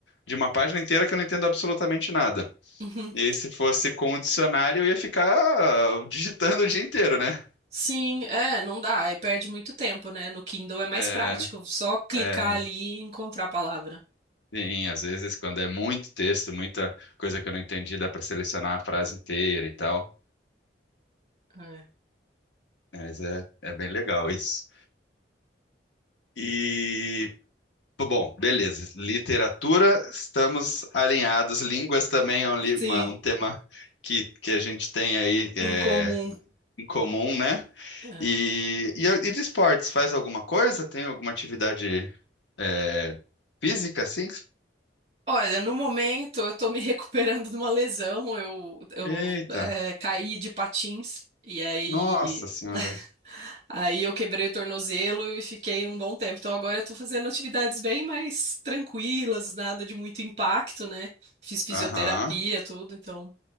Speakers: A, on the left; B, on the right.
A: de uma página inteira que eu não entendo absolutamente nada.
B: Uhum.
A: E aí, se fosse com o dicionário, eu ia ficar ah, digitando o dia inteiro, né?
B: Sim, é, não dá. E perde muito tempo, né? No Kindle é mais
A: É,
B: prático. Só clicar
A: é,
B: ali e encontrar a palavra.
A: Sim, às vezes quando é muito texto, muita coisa que eu não entendi, dá para selecionar a frase inteira e tal.
B: É.
A: Mas é, é bem legal isso. E, bom, beleza. Literatura, estamos alinhados. Línguas também é um, li-
B: Sim,
A: uma- um tema que, que a gente tem aí é,
B: incomum.
A: em comum, né?
B: É.
A: E, e, e de esportes, faz alguma coisa? Tem alguma atividade é, física, assim?
B: Olha, no momento eu tô me <laughs> recuperando de uma lesão. Eu, eu
A: Eita,
B: é, caí de patins. E aí.
A: nossa senhora.
B: <laughs> Aí eu quebrei o tornozelo e fiquei um bom tempo. Então agora eu tô fazendo atividades bem mais tranquilas, nada de muito impacto, né? Fiz fisioterapia,
A: Aham.
B: tudo, então.